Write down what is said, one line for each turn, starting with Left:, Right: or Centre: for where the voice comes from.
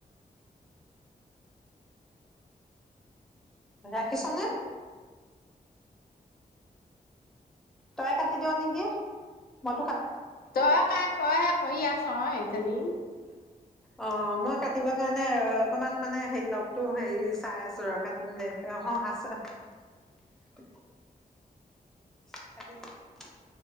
Centre: ৰাখিছ' নে? তয়ে কাটি দিয়' নেকি? মইতো কাট
Left: তই কাৰ তইহে কৰি আছোঁ অ', এইজনী।
Centre: অ', মই কাটিবৰ কাৰণে অকমান মানে হেৰি লওঁক টো হেৰি চাই আছোঁ ৰ' কাটিম দে অ', আছ কাটি দিলে।